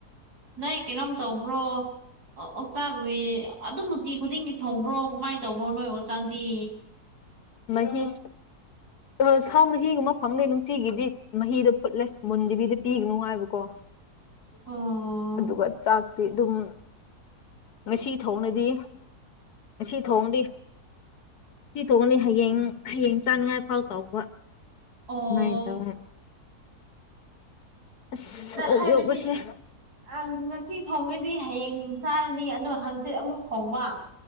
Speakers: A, on the right; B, on the left.
A: ꯅꯣꯏ ꯀꯩꯅꯣꯝ ꯇꯧ ꯭ꯔꯣ ꯑꯣꯆꯥꯛꯁꯤ ꯑꯗꯨꯝ ꯅꯨꯡꯇꯤ ꯈꯨꯗꯤꯡꯒꯤ ꯊꯣꯡꯕ꯭ꯔꯣ ꯀꯃꯥꯏꯅ ꯇꯧꯕꯣ ꯅꯣꯏ ꯑꯣꯆꯥꯛꯇꯤ
B: ꯃꯍꯤꯁ ꯑ ꯁꯥ ꯃꯍꯤꯒꯨꯝꯕ ꯐꯪꯅꯤ ꯅꯨꯡꯇꯤꯒꯤꯗꯤ ꯃꯍꯤꯗꯣ ꯐꯨꯠꯂꯦ ꯃꯨꯟꯗꯕꯤꯗ ꯄꯤ ꯅꯨꯉꯥꯏꯕꯀꯣ
A: ꯑꯣ
B: ꯑꯗꯨꯒ ꯆꯥꯛ ꯑꯗꯨꯝ ꯉꯁꯤ ꯊꯣꯡꯅꯗꯤ ꯉꯁꯤ ꯊꯣꯡꯗꯤ ꯊꯣꯡꯉꯅꯤ ꯍꯌꯦꯡ ꯍꯌꯦꯡ ꯆꯥꯅꯤꯡꯉꯥꯏ ꯐꯥꯎ ꯇꯧꯕ
A: ꯑꯣ
B: ꯁꯨꯃꯥꯏꯅ ꯇꯧꯔꯦ ꯑꯁ
A: ꯅ
B: ꯑꯣꯛ
A: ꯍꯥꯏꯕꯗꯤ
B: ꯌꯣꯛꯄꯁꯦ
A: ꯑꯪ ꯉꯁꯤ ꯊꯣꯡꯉꯗꯤ ꯍꯌꯦꯡ ꯆꯥꯔꯅꯤ ꯑꯗꯣ ꯍꯥꯡꯆꯤꯠ ꯑꯃꯨꯛ ꯊꯣꯡꯕ